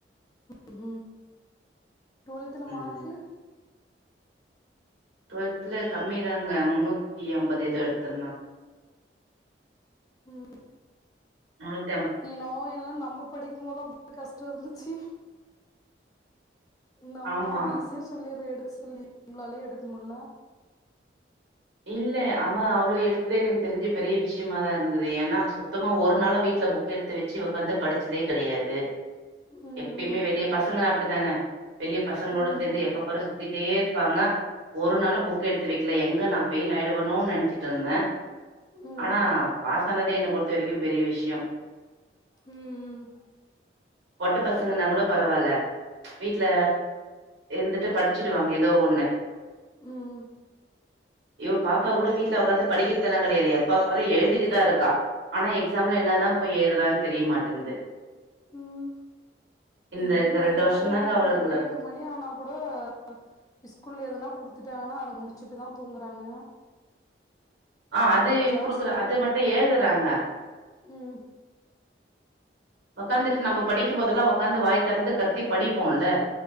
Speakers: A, on the left; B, on the right.
A: ம் ம் டுவெல்த்ல
B: ம்
A: மார்க்கு
B: டுவெல்த்ல கம்மிதாங்க முன்னூத்தி ஐம்பது ஏதோ எடுத்துருந்தா
A: ம்
B: முன்னூத்
A: என்னவோ எல்லா நம்ம படிக்கும் போது அப்டி கஷ்டோ இருந்துச்சி நம்ம
B: ஆமா
A: அவ்ளோ ஈஸியா சொல்லிர்றோ எடுக்க சொல்லி நம்மளாலயே எடுக்க முடில
B: இல்ல அவே அவ்ளோ எடுத்ததே எனக்கு தெரிஞ்சு பெரிய விஷயமாதா இருந்தது ஏன்னா சுத்தமா ஒரு நாளு வீட்ல புக் எடுத் து வச்சி ஒக்காந்து படிச்சதே கெடையாது
A: ம்
B: எப்பயுமே வெளிய பசங்கன்னா அப்டிதான வெளிய பசங்களோட
A: ம்
B: சேந்து எப்ப பாரு சுத்திட்டே பாங்க ஒரு நாலு புக் எடுத்து வைக்கல எங்க நா பெயில் ஆயிடுவனோன்னு நெனச்சிட் ட்ருந்தே
A: ம்
B: ஆனா பாஸ் ஆனதே என்ன பொறுத்த வரைக்கும பெரிய விஷ்யோ
A: ம்ம்
B: பெட்ட பசங்கன்னா கூட பரவால்ல ம்ச் வீட்ல இருந்துட்டு படி ச்சிடுவாங்க ஏதோ ஒண்ணு
A: ம்ம்
B: இவ் பாப்பா கூட வீட்டுல உக்காந்து படிக்கிறது எல்லா கெடையாது எப்ப பாரு எழுதிட்டுதா இருக்கா ஆனா எக்ஸாம்ல என்ன தா போயி ஏழுதுறான்னு தெரியமாட்டேன்து
A: ம்
B: இந்த
A: இவங்க
B: இந்த ரெண்டு
A: எங்க
B: வர்ஷோந்தாங்க
A: பாப்பா நைட்டு
B: அவளுங்கள
A: பன்னெண்டு மணி ஆனா கூட <inaudible> ஸ்கூல்ல எதனா குடுத்துட்டாங்கன்னா அத முடிச்சுட்டு தா தூங்குறாங்க
B: ஆ அது
A: அந்த கிளாஸ்லயே
B: குடுக்குற அது மட்டு எழுதுறாங்க
A: ம்
B: உக்காந்துட்டு நம்ப படிக்கும்போதெல்லா உக்காந்து வாய் தெறந்து கத்தி படிப்போல